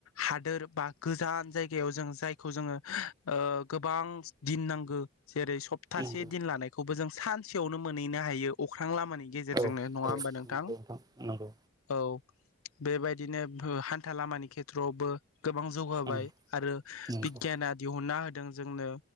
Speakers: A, on the left; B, on the right.
A: हादोर बा गोजान जायगायाव जों जायखौ ओ जोङो गोबां दिन नांगौ। जेरै सप्तासे
B: नंगौ
A: दिन लानायखौबो जों। सानसेयावनो मोनहैनो हायो अख्रां। लामानि गेजेरजोंनो
B: औ औ
A: नङा होमबा नोंथां।
B: नंगौ नंगौ
A: औ बेबायदिनो बो। हान्था लामानि खेथ्रआवबो। गोबां जौगाबाय
B: उम
A: आरो
B: नंगौ
A: बिगियाना दिहुनना होदों। दों जोंनो